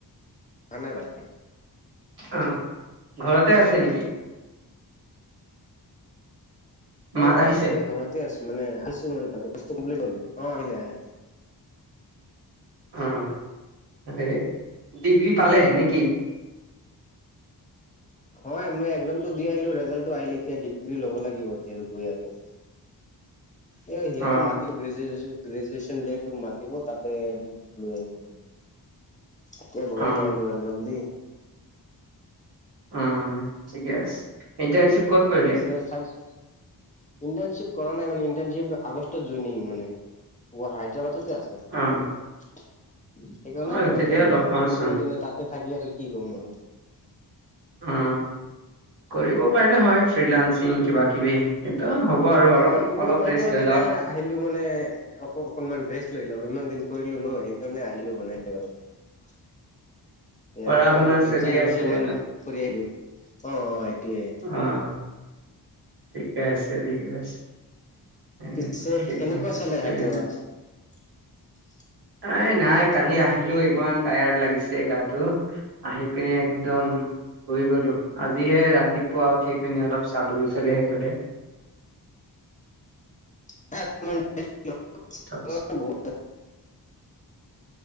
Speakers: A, on the left; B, on the right.
A: অহা নাই ভালকে
B: অ ঘৰতে আছে নেকি
A: অ
B: মাত আহিছে
A: এতিয়া ঘৰতে আছো মানে আহিছো মানে তাতে বস্তু বুলি ধলো অ আহিলে আহিলে
B: উম তাকে ডিগ্ৰী পালে নেকি
A: হয় মই একজামটো দি আহিলো ৰিজাল্টতো আহিল এতিয়া ডিগ্ৰী লব লাগিব এতিয়া গৈ আকৌ এ সিহঁতে
B: অ
A: মাতি গ্ৰেজু গ্ৰেজুৱেচন ডেট মাতিব তাতে ডিগ্ৰীটো লৈ আহিব এতিয়া ঘৰত
B: অ
A: আহিলো একজাম দি
B: উম ঠিকে আছে ইণ্টানচিপ কত কৰিম
A: তাতে‌ চাইডে ইণ্টাৰ্ণশ্বিপ কৰা নাই মানে ইণ্টাৰ্ণশ্বিপ আগষ্টত জইনিং মানে হায়দৰাবাদত তে আছে
B: অ
A: সেইকাৰণে
B: অ
A: ঘৰত
B: তেতিয়া
A: আহিলো
B: লগ
A: মানে
B: পাওঁচোন
A: ইমান দিনে তাতে থাকি আৰু কি ক'ম মানে
B: উম কৰিব পাৰিলে হয় ফ্ৰিলানসিং কিবা কিবি কিন্তু হ'ব আৰু অলপ
A: অ কৰিব
B: অলপ
A: পাৰিলো
B: ৰেষ্ট
A: হয়
B: লৈ
A: মানে
B: লওক
A: আহিলো মানে অক অকনমান ৰেচ ৰেচ লৈ লও ইমান দিন কৰিলো ন সেইকাৰণে আহিলো মানে ঘৰত
B: পঢ়া
A: আৰু কিমান
B: শুনা
A: কৰিম
B: চলি
A: চাৰি
B: আছিলে
A: বছৰ মান কৰি আহিলো অ অ সেইটোয়ে
B: অ ঠিকে আছে ঠিকে আছে অকে
A: পিছে কেনেকুৱা চলে
B: ভেৰি
A: হায়দৰাবাদ
B: নাই নাই কালি আহিলো ইমান টায়াৰ্ড লাগিছে গাটো আহি পিনে একদম শুই গলো আজিহে ৰাতিপুৱা উঠি পিনি অলপ চালো ইফালে সিফালে
A: <unintelligible>
B: তাৰপিছত